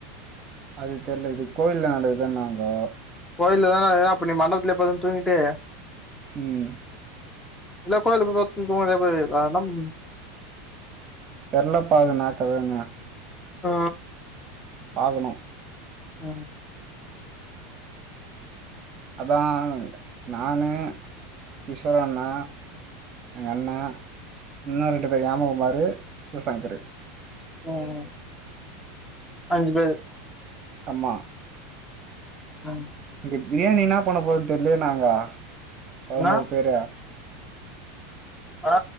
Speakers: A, on the right; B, on the left.
A: அது தெரில இது கோயில்ல நடக்குது நாங்கோ
B: கோயில்ல தானா ஏனா அப்போ நீ மண்டபத்துல படுத்து தூங்கிட்டு
A: ம்
B: இல்ல கோயிலு போய் தூங்குவோ தங்கம்
A: தெர்லபா அது நாக்கதானு
B: ஆ
A: பாகணும்
B: ம்
A: அதா நானு கிஷோர் அண்ணே எங்க அண்ணா இன்னும் ரெண்டு பேர் யாமகுமாரு சு சங்கங்கர்
B: ம் அஞ்சு பேர்
A: ஆமா
B: ஆ
A: இங்க பிரியாணி என்ன பண்ண போதுன்னு தெரிலயே நாங்க பதினோரு
B: ன்னா
A: பேரு
B: ஆ